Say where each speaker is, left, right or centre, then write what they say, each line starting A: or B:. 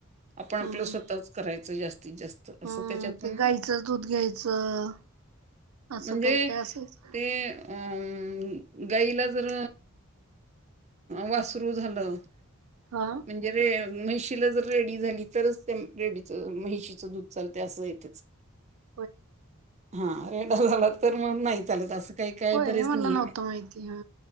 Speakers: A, on the right; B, on the right.
A: आपण
B: हम्म
A: आपलं स्वतःच करायचं जास्तीत जास्त. असं
B: हम्म,
A: त्याच्यातून
B: ते गाईचं दूध घ्यायचं. असं
A: म्हणजे
B: काय काय असायच
A: ते- अं गाईला जर वासरू झालं-
B: हा
A: म्हणजे- रे म्हैशीला जर रेडी झाली तरच रेडीच म्हैशीचं दूध चालते असं आहे त्याच.
B: ह.
A: हा रेडा झाला तर मग नाही ल असं काही काय
B: होय
A: बरेच
B: हे मला
A: नियम
B: नव्हतं माहिती हा.